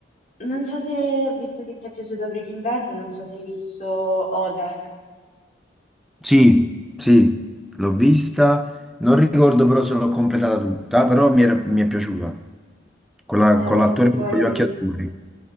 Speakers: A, on the left; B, in the centre.
A: Non so se, visto che ti è piaciuto Breaking Bad, non so se hai visto Ozark,
B: Sì, sì, l'ho vista. Non ricordo però se l'ho completata tutta, però mi, era- mi è piaciuta. Con la-
A: Eh,
B: con
A: perché
B: l'attore
A: poi,
B: con gli occhi azzurri.